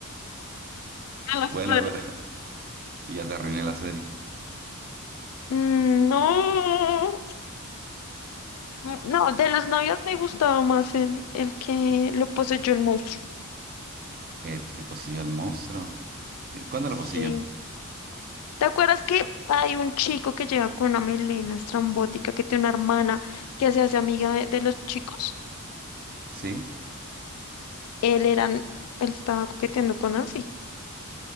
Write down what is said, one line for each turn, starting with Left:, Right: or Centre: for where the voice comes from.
Left: <laughs> a los
Right: Bueno,
Left: padres.
Right: pero <laughs> ya te arruiné la serie.
Left: Mm, No, mm, no, de los novios me gustaba más el, el que lo poseyó el monstruo.
Right: El que poseyó el monstruo. Eh, ¿Cuándo
Left: Sí.
Right: lo poseyó?
Left: ¿Te acuerdas que hay un chico que llega con una melena estrambótica que tiene una hermana que se hace amiga de, de los chicos?
Right: ¿Sí?
Left: Él era, él estaba coqueteando con Nancy,